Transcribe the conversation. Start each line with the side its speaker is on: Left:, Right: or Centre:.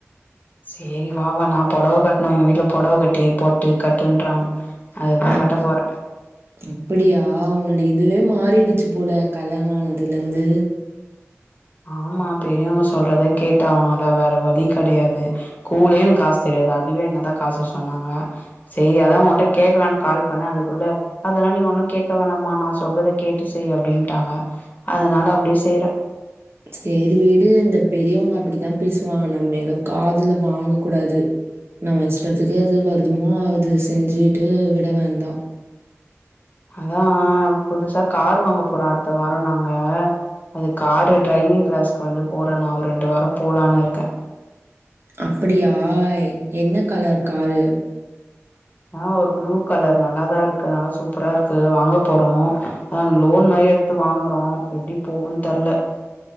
Left: சேரி வா வா நா பொடவ கட் னா எங்க வீட்ல பொடவ கட்டி போட்டு கட்டுன்றா அதுதா
Right: அப்
Left: கட்ட போறேன்
Right: அப்படியா உன்னோட இதுவே மாறிடுச்சு போல கல்யாணம் ஆனதுல இருந்து
Left: ஆமா பெரியவங்க சொல்றத கேட்டாகணுல்ல வேற வலி கெடையாது கூலே எனக் காசு தெரியாது அதுவே என்னதா காச சொன்னாங்க சேரி அதா உன்ட்ட கேக்கலான்னு கால் பண்ணே அதுக்குள்ள அதெல்லா நீ ஒண்ணு கேட்க வேணாம்மா நா சொல்றத கேட்டு செய் அப்டின்னு டாங்க அதனால அப்டியே செய்றே
Right: செரி விடு இந்த பெரியவங்க அப்படிதா பேசுவாங்க நம்ம ஏது காதுல வாங்க கூடாது நம்ம இஷ்டத்துக்கே அது வருதுமோ அது செஞ்சுட்டு விட வேண்டா
Left: அதா ஆ புதுசா கார் வாங்க போறோ அடுத் த்த வாரோ நாங்க அது காரு டிரைவிங் கிளாஸ்க்கு வந்து போறே நா ஒரு ரெண்டு வாரம் போலான்னு இருக்கே
Right: அப்டியா என்ன கலர் காரு
Left: ஆஹ் ஒரு ப்ளூ கலர் நல்லாதா இருக்கு நல்லா சூப்பரா இருக்கு வாங்க போறோ லோன் மாரி எடுத்து வாங்குறோ எப்டி போகுன்னு தெர்ல